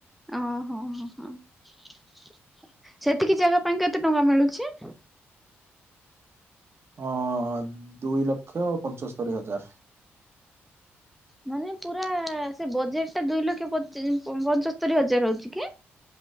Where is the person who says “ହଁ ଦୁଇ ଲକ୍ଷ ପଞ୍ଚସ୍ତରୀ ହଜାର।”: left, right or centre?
Right